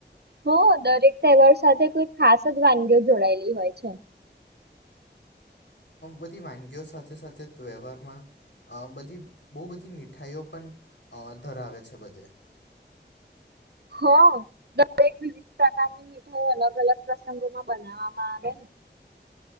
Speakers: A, on the right (about 60°); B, on the left (about 75°).
A: હ દરેક તહેવાર સાથે કોઈ ખાસ જ વાનગીઓ જોડાયેલી હોય છે.
B: બધી વાનગીઓ સાથે સાથે તહેવહારમાં બધી બહુ બધી મીઠાઈઓ પણ ધરાવે છે બધે.
A: હ દરેક વિવિધ પ્રકારની મીઠાઈ અલગ અલગ પ્રસંગોમાં બનાવવામાં આવે ને.